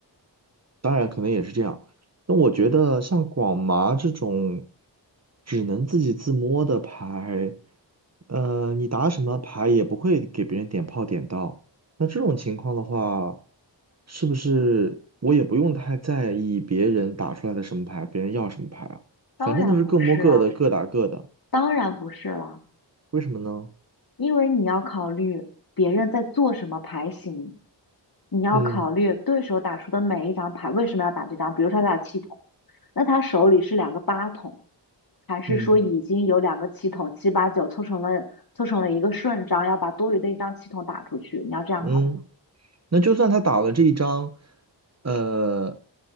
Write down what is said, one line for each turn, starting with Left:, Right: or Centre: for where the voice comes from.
Right: 当然可能也是这样。但我觉得像广麻这种只能自己自摸的牌，呃，你打什么牌也不会给别人点炮点到。那这种情况的话，是不是我也不用太在意别人打出来的什么牌，别人要什么牌啊？
Left: 当然不是啊，
Right: 反正都是各摸各的，各打各的。
Left: 当然不是啦，
Right: 为什么呢？
Left: 因为你要考虑别人在做什么牌型，你要考虑对手打出的每一张牌为什么要打这张。
Right: 嗯
Left: 比如说他打七筒，那他手里是两个八筒，还是说已经有两个气筒七八九凑成了凑成了一个顺张，
Right: 嗯，
Left: 要把多余的一张气筒打出去？你要这样考虑。
Right: 嗯。那就算他打了这一张，呃，